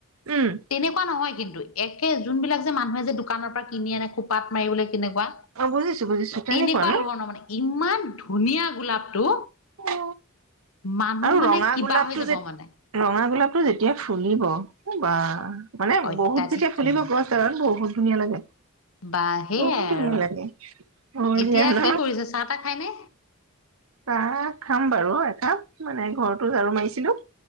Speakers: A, on the right; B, on the left.
A: উম।
B: তেনেকুৱা নহয় কিন্তু, একে যোনবিলাক যে মানুহে যে দোকানৰ পৰা কিনি আনে খুব। পাত মাৰিবলৈ কেনেকুৱা,
A: অ বুজিছো বুজিছো
B: তেনেকুৱা
A: ন
B: ধৰণৰ মানে। ইমান ধুনীয়া গোলাপটো।
A: অ
B: মানুহ
A: আৰু
B: মানে
A: ৰঙা
B: কিবা
A: গোলাপটো
B: হৈ যাব
A: যে
B: মানে।
A: ৰঙা গোলাপটো যেতিয়া ফুলিব, অ', বাহ। মানে,
B: অত্যাধিক
A: বহুত যেতিয়া খুলিব
B: ধুনীয়া
A: গছ ডালত বহুত ধুনীয়া লাগে।
B: বা সেইয়াই
A: বহুত
B: আৰু
A: ধুনীয়া লাগে, <unintelligible>
B: এতিয়া
A: ন?
B: কি কৰিছে চাহ তাহ খাইনে
A: চাহ খাম বাৰু একাপ, মানে ঘৰতো ঝাৰু মাৰিছিলোঁ।